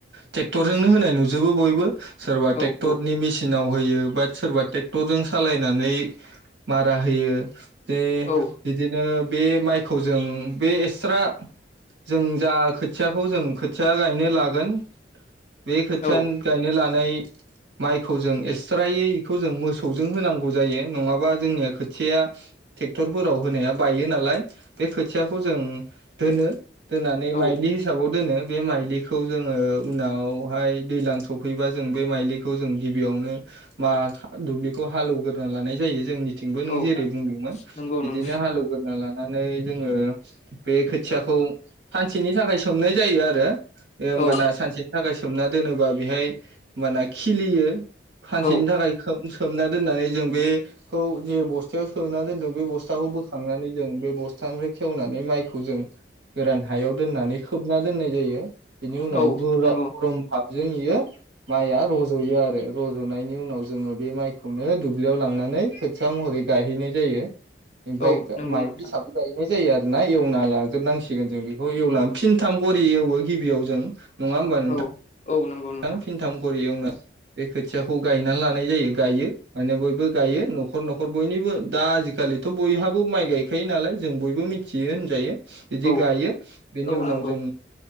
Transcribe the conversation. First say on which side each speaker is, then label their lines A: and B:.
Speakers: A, on the right; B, on the left.
A: टेक्टरजोंनो होनाय नुजोबो बयबो सोरबा टेक्टरनि
B: औ औ
A: मेसिनाव होयो बा सोरबा टेक्टरजों सालायनानै मारा होयो बे
B: औ
A: बिदिनो बे माइखौ जों बे एसरा जों जा खोथियाखौ जों खोथिया गायनो लागोन बे खोथियानो
B: औ
A: गायनो लानाय माइखौ जों एसरायै इखौ जों मोसौ जों होनांगौ जायो नङाबा जोंनिया खोथिया टेक्टरफोराव होनाया बायो नालाय बे खोथियाखौ जों दोनो दोननानै
B: औ
A: माइलि हिसाबाव दोनो बे माइलिखौ जोङो उनावहाय दैलां सफैबा जों बे माइलिखौ जों गिबियावनो मा दुब्लि हालौग्रोना लानाय जायो जोंनिथिंबो नों
B: औ
A: जेरै बुंदोंमोन
B: नंगौ
A: बिदिनो
B: नंगौ
A: हालौग्रोना लानानै जोङो बे खोथियाखौ सानसेनि थाखाय सोमनाय जायो आरो बे ओमबाना
B: औ
A: सानसेनि थाखाय सोमना दोनोबा बेहाय ओमबाना खिलियो सानसेनि
B: औ
A: थाखाय खोम-सोम सोमना दोननानै जों बेखौ जे बस्थायाव सोमना दोन दों बे बस्थाखौ बोखांनानै जों बे ब थानिफ्राय खेवनानै माइखौ जों गोरान हायाव दोननानै खोब ना दोननाय जायो बिनि उनाव
B: औ
A: <unintelligible> गरम
B: नंगौ
A: फा जोंयो माइआ रज'यो आरो रज'नायनि उनाव जोङो बे माइ खौनो दुब्लियाव लांनानै खोथिया महरै गायहैनाय जायो ओमफ्राय
B: औ नंगौ
A: माइ
B: नोंथां
A: <unintelligible> जायो आरोना एवना लाग्रोनांसिगोन जों बेखौ एवला‌ फिनथाम खरि एवो गिबियाव जों नङा होमबा नोंथां
B: औ औ नंगौ नोंथां
A: थाम फिनथाम खरियाव <unintelligible> खोथियाखौ गायना लानाय जायो गायो माने बयबो गायो न'खर न'खर बयनिबो दा आजिखालिथ' बयहाबो माइ गायखायो नालाय जों बयबो मिथियो होनजायो बिदि
B: औ
A: गायो बेनि
B: औ
A: उनाव
B: नंगौ
A: जों